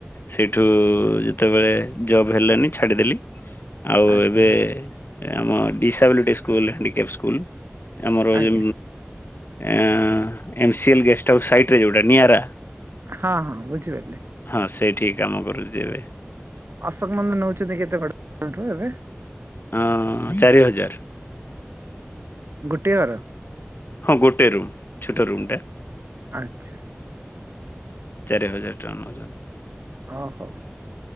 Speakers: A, on the left; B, on the right.
A: ସେଇଠୁ ଯେତେବେଳେ ଜବ୍ ହେଲାନି ଛାଡ଼ିଦେଲି। ଆଉ
B: ଆଚ୍ଛା
A: ଏବେ ଆମ ଡିସାବିଲିଟି ସ୍କୁଲ ହାଣ୍ଡିକ୍ୟାପ୍ ସ୍କୁଲ ଆମର
B: ଆଜ୍ଞା।
A: ଯେ ଆଁ ଏମସିଏଲ ଗେଷ୍ଟ ହାଉସ୍ ସାଇଟ ରେ ଯୋଉଟା ନିଆରା
B: ହଁ ହଁ ବୁଝିପାରିଲି।
A: ହଁ ସେଇଠି କାମ କରୁଚି ଏବେ।
B: ଅଶୋକ ନନ୍ଦ ନେଉଛନ୍ତି କେତେ ଭଡ଼ା ତମ ଠୁ ଏବେ।
A: ଆଁ ଚାରି ହଜାର।
B: ଗୋଟିଏ ଘର।
A: ହଁ ଗୋଟେ ରୁମ୍ ଛୋଟ ରୁମ୍ ଟା।
B: ଆଚ୍ଛା।
A: ଚାରି ହଜାର ଟଙ୍କା ନଉଛନ୍ତି।
B: ଅ ହଉ।